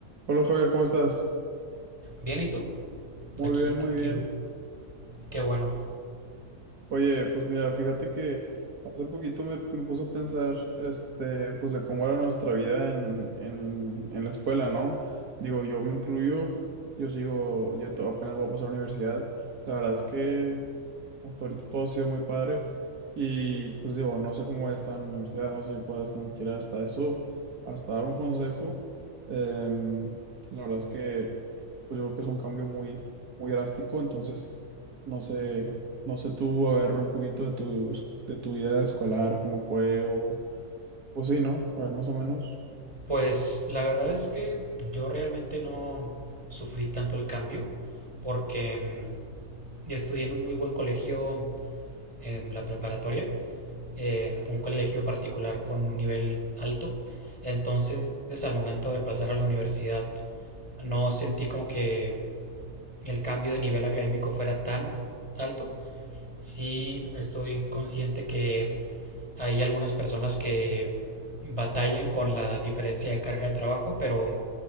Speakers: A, on the right; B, on the right.
A: Hola Javier, ¿cómo estás?
B: Bien, ¿y tú?
A: Muy
B: Aquí
A: bien,
B: tranquilo.
A: muy bien.
B: Qué bueno.
A: Oye, pues mira, fíjate que hace poquito me, me puse a pensar, este, pues de cómo era nuestra vida en, en, en la escuela, ¿no? Digo, yo me incluyo, yo sigo, yo to- apenas voy a pasar a la universidad. La verdad es que Hasta ahorita todo ha sido muy padre y pues digo, no sé cómo voy a estar en la universidad, no sé si me puedas como quiera hasta eso, hasta dar un consejo. Em, la verdad es que pues yo creo que es un cambio muy, muy drástico, entonces no sé, no sé tú, a ver un poquito de tu, de tu vida escolar, cómo fue o, o sí, ¿no? A ver más o menos.
B: Pues la verdad es que yo realmente no sufrí tanto el cambio porque mm, yo estudié en un muy buen colegio en la preparatoria, eh, un colegio particular con un nivel alto. Entonces, al momento de pasar a la universidad, no sentí como que el cambio de nivel académico fuera tan alto. Sí, estoy consciente que Hay algunas personas que batallan con la diferencia de carga de trabajo, pero